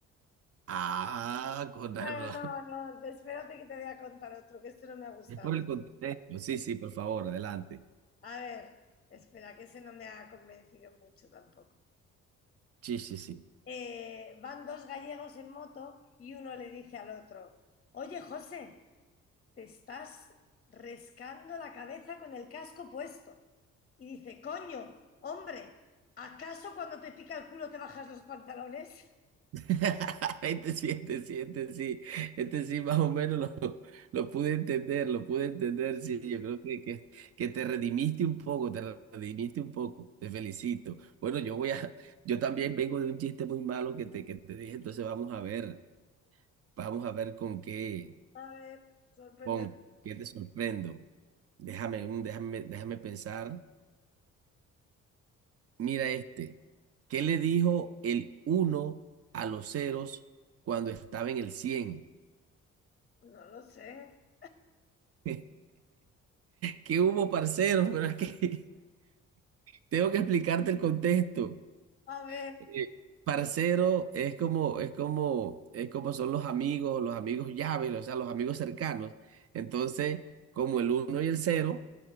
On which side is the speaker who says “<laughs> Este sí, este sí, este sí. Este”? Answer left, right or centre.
Right